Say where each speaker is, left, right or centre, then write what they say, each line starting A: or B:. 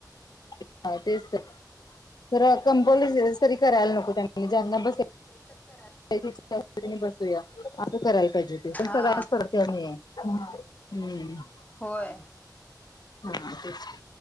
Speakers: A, on the left (about 70°); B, on the left (about 20°).
A: काय तेच तर खर कंपसरी करायला नको त्या ज्यांना बसाय
B: सतराचा
A: पहिले त <unintelligible> त्या बसूया. असं करायला पाहिजे ते पण
B: हा
A: सगळच पडते आणि हम्म
B: होय.
A: हा तेच की